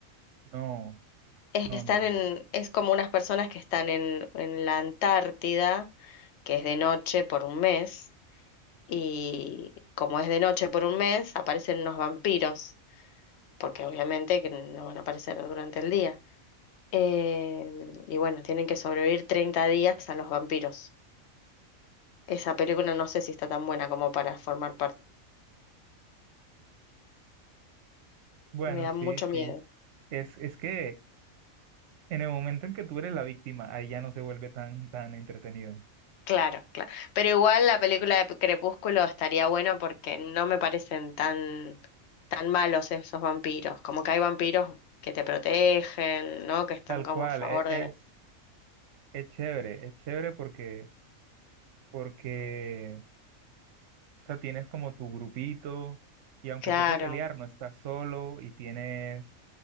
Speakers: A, on the right; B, on the left.
A: no,
B: Es,
A: no,
B: están
A: no, no.
B: en, es como unas personas que están en, en la Antártida, que es de noche por un mes y como es de noche por un mes, aparecen unos vampiros, porque obviamente que no van a aparecer durante el día. Em, y bueno, tienen que sobrevivir 30 días a los vampiros. Esa película no sé si está tan buena como para formar parte.
A: Bueno,
B: Me da
A: sí,
B: mucho
A: sí.
B: miedo.
A: Es, es que en el momento en que tú eres la víctima, ahí ya no se vuelve tan, tan entretenido.
B: Claro, claro. Pero igual la película de Crepúsculo estaría bueno porque no me parecen tan, tan malos esos vampiros. Como que hay vampiros que te protegen, ¿no? Que están
A: Tal
B: como
A: cual,
B: a favor
A: e- es,
B: de...
A: es, chévere, es chévere porque, porque, o sea, tienes como tu grupito y aunque
B: Claro.
A: toque pelear, no estás solo y tienes